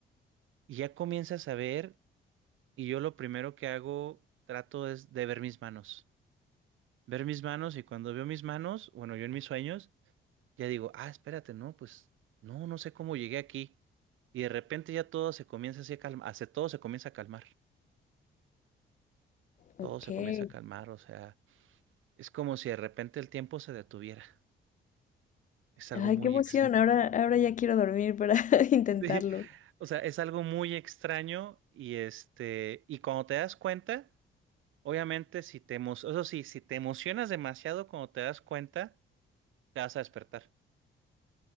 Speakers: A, on the right; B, on the left.
A: Y ya comienzas a ver Y yo lo primero que hago, trato es de ver mis manos. Ver mis manos y cuando veo mis manos, bueno, yo en mis sueños, ya digo, ah, espérate, no, pues no, no sé cómo llegué aquí. Y de repente ya todo se comienza así a calmar, todo se comienza a calmar, todo
B: Ok.
A: se comienza a calmar, o sea, es como si de repente el tiempo se detuviera. Es algo
B: Ay,
A: muy
B: qué emoción.
A: extraño.
B: Ahora, ahora ya quiero dormir para <laughs>
A: <laughs>
B: intentarlo.
A: Sí, o sea, es algo muy extraño y este, y cuando te das cuenta, obviamente si te emo- eso sí, si te emocionas demasiado cuando te das cuenta, te vas a despertar.